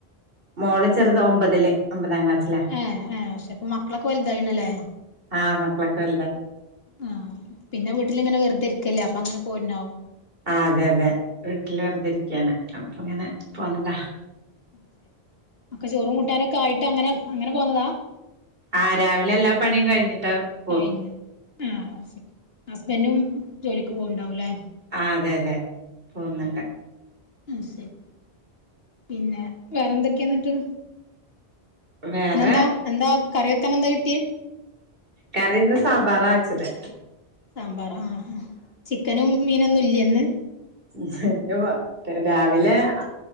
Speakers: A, on the right; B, on the left.
A: മോള് ചെറുത് ഒമ്പതില് ഒമ്പതാം ക്ലാസ്. ലെ
B: ഏഹ് ഏഹ് പക്ഷെ ഇപ്പൊ മക്കളൊക്കെ വലുതായിണല്ലേ
A: ആ മക്കളൊക്കെ വലതായി
B: ആ പിന്നെ വീട്ടിൽങ്ങനെവെറുതെരിക്കല്ലേ അപ്പൊ ങ്ങനെ പോര്നാവും.
A: ആ അതെ അതെ വീട്ടിൽ വെറുതിരിക്കയാണ് അപ്പ ങ്ങനെ പോന്നതാ.
B: <inaudible> ഒക്കെ ചോറും കൂട്ടാനൊക്കെ ആയിട്ട് അങ്ങനെ അങ്ങനെ പോന്നതാ?
A: ആ രാവിലെ എല്ലാ പണിയും കഴിഞ്ഞിട്ടാ വ്
B: കഴിഞ്ഞു ആഹ ഹസ്ബൻഡും ജോലിക്ക് പോവ്ണ്ടാവൂലേ
A: ആ അതെ അതെ പോകുന്നുണ്ട്.
B: ആ ശരി. പിന്നെ വേറെന്തൊക്കെയന്നിട്ട്?
A: വേറെ
B: ന്നെന്താ എന്താ എന്താ കറി വൊക്കാൻ എന്താ കിട്ടിയവ്?
A: കറിന്ന് സാമ്പാറാ വച്ചത്?
B: സാമ്പാർ ആ അ ചിക്കനും മീനൊന്നും ഇല്ലന്ന്?
A: <unintelligible> രാവിലെ <unintelligible>